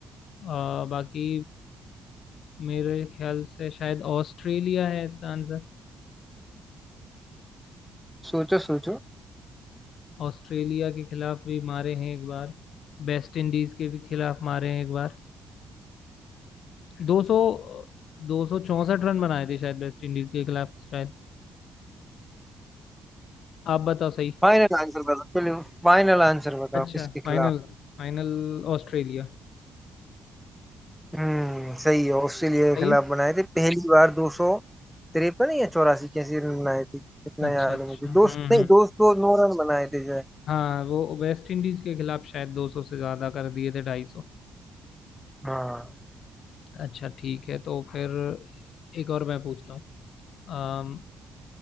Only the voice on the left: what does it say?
आ, बाकी मेरे ख्याल से शायद ऑस्ट्रेलिया है इसका आंसर
ऑस्ट्रेलिया के खिलाफ भी मारे हैं एक बार वेस्ट इंडीज के भी खिलाफ मारे हैं एक बार 200 264 रन बनाए थे शायद वेस्ट इंडीज के खिलाफ शायद आप बताओ सही
अच्छा
फाइनल
फाइनल ऑस्ट्रेलिया
सही
है
अच्छा
अच्छा
हम्म
हम्म
हाँ वो वेस्ट इंडीज के खिलाफ शायद 200 से ज्यादा कर दिए थे 250
अच्छा ठीक है तो फिर एक और मैं पूछता हूँ